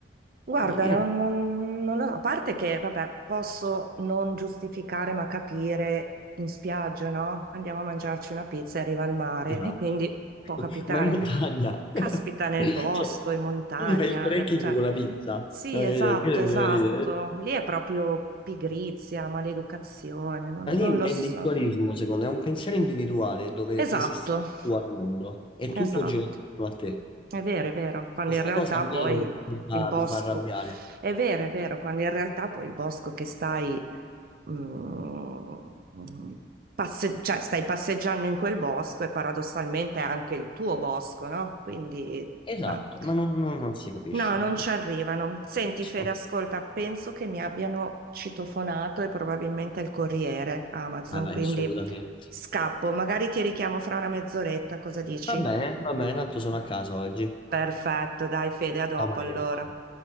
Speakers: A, on the right; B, on the left.
A: Guarda,
B: Ma io-
A: non, non- non lo so, a parte che, vabbè, posso non giustificare ma capire in spiaggia, no? Andiamo a mangiarci una pizza e arriva il mare
B: Esatto.
A: e quindi può
B: <laughs>
A: capitare.
B: Ma in montagna.
A: Caspita
B: <laughs>
A: nel
B: <coughs>
A: bosco,
B: Cioè,
A: in montagna,
B: tu ti fai il trekking
A: eh, cioè,
B: con la pizza.
A: sì,
B: No, capito?
A: esatto,
B: quello è il
A: esatto.
B: mio ridere.
A: Lì è proprio pigrizia, maleducazione, non,
B: Ma lì
A: non lo
B: è
A: so.
B: individualismo, secondo me, è un pensiero individuale dove
A: Esatto,
B: esisti tu al mondo e
A: esatto.
B: tutto gira intorno a te.
A: È vero, è vero, quando
B: Questa
A: in realtà
B: cosa a me
A: poi
B: mi fa,
A: il bosco,
B: mi fa arrabbiare.
A: è vero, è vero, quando in realtà poi il bosco che stai, mm, passe- cioè stai passeggiando in quel bosco e paradossalmente è anche il tuo bosco, no? Quindi,
B: Esatto,
A: ma-
B: ma non, non- non si capisce.
A: no, non ci arrivano. Senti,
B: So.
A: Fede, ascolta, penso che mi abbiano citofonato e probabilmente il corriere Amazon,
B: Vai, vai,
A: quindi
B: assolutamente.
A: scappo, magari ti richiamo fra una mezz'oretta, cosa dici?
B: Va bene, va bene, tanto sono a casa oggi.
A: Perfetto, dai Fede, a dopo
B: Ciao, Maria,
A: allora.
B: grazie.